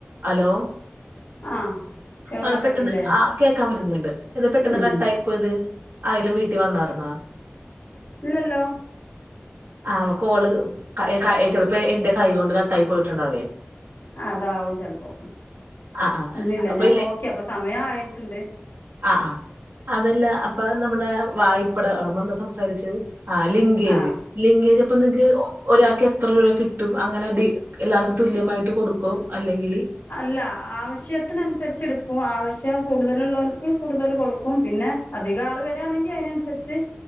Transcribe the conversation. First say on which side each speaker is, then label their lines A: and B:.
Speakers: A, on the right (about 65°); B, on the left (about 60°).
A: Hello
B: ആഹ് കേൾക്കാൻ
A: അത് പെട്ടെന്ന്
B: പറ്റില്ലേ
A: ആഹ് കേക്കാൻ പറ്റുന്നുണ്ട്. എന്ത പെട്ടെന്ന്
B: ഉം
A: കട്ടായി പ്പോയത് ആരേലും വീട്ടി വന്നായ്ര്ന്നാ?
B: ഇല്ലല്ലോ.
A: ആഹ് വ കോള് ക ക ചെലപ്പോ എന്റെ കൈ കൊണ്ട് കട്ടായി പോയിട്ടുണ്ടാവേ.
B: അതാവും ചെലപ്പോ.
A: ആ ആ
B: ഒന്നില്ല
A: അപ്പൊ
B: ഞാൻ നോക്കി അപ്പ സമയായിട്ട്ണ്ട്.
A: ആഹ് ആഹ്. അതല്ല അപ്പൊ നമ്മുടെ വായ്പ്പട ഏഹ് നമ്മളെന്താ സംസാരിച്ചേ. ആഹ് ലിങ്കേജ്
B: ആഹ്
A: ലിങ്കേജ് അപ്പ നിങ് ക്ക് ഒരാക്ക് എത്ര രൂപ കിട്ടും അങ്ങനെ ത് എല്ലാർക്കും തുല്യമായിട്ട് കൊടുക്കോ അല്ലെങ്കില്
B: അല്ല ആവശ്യത്തിനനുസരിച്ച് ഇട്ക്കും. ആവശ്യം കൂടുതലുള്ളോൽക്ക് കൂടുതൽ കൊടുക്കും. പിന്നെ, അധികാള് വരാണെങ്കി അയിനൻസരിച്ച്